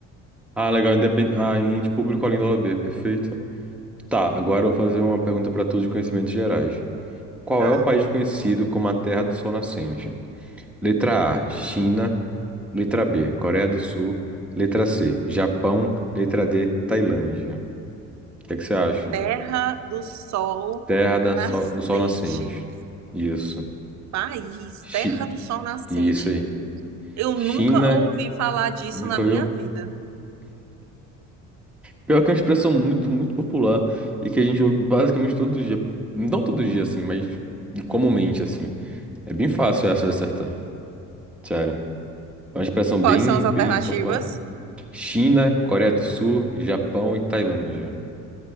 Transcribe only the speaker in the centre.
Ah, legal, independente. Ah, ente público além da OAB, perfeito. Tá, agora eu vou fazer uma pergunta para todos de conhecimentos gerais. Qual
é o país conhecido como a Terra do Sol Nascente? Letra A, China. Letra B, Coreia do Sul. Letra C, Japão. Letra D, Tailândia. O que é que você acha?
Terra da
Sol- do Sol Nascente. Isso.
Chi...
Isso aí.
China,
nunca
viu?
Pior que é uma expressão muito, muito popular e que a gente ouve basicamente todo dia. Não todo dia, assim, mas comumente, assim. É bem fácil essa de acertar, sério. É uma expressão
bem,
bem
popular. China, Coreia do Sul, Japão e Tailândia.